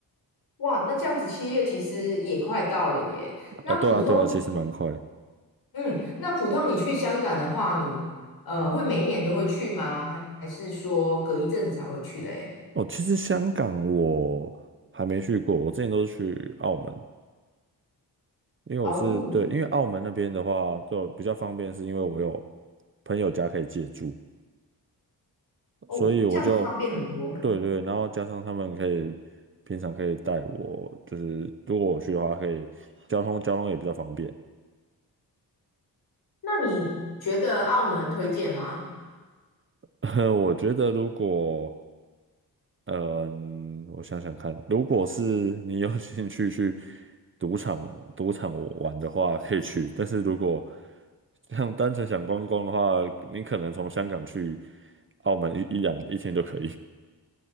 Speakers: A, on the left (about 65°); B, on the right (about 30°).
A: 哇，那这样子七月其实也快到了耶。那普通
B: 哦，对啊，对啊，其实蛮快。
A: 嗯，那普通你去香港的话，你呃会每一年都会去吗？还还是说隔一阵子才会去嘞？
B: 哦，其实香港我还没去过，我之前都是去澳门，因为我是对，
A: 哦
B: 因为澳门那边的话就比较方便，是因为我有朋友家可以借住，
A: 哦，
B: 所以我就
A: 这样子方便很多。
B: 对对，然后加上他们可以平常可以带我，就是如果我去的话，可以交通交通也比较方便。
A: 那你觉得澳门推荐吗？
B: <laughs> 我觉得如果嗯，我想想看，如果是你有 <laughs> 兴趣去赌场赌场玩的话，可以去。但是如果像单纯想观光的话，你可能从香港去澳门一一两一天就可以。